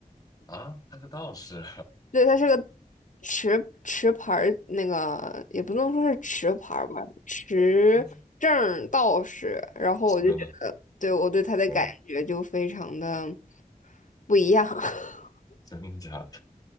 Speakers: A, on the left; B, on the left.
A: 啊。他是道士，
B: 对，他是个持持牌儿，那个也不能说是持牌儿吧，持证儿道士。
A: <laughs> 他是
B: 然后我就觉得，
A: 是真的
B: 对我对他的感觉就非常的
A: 哦，
B: 不一样，<laughs>
A: 真的假的？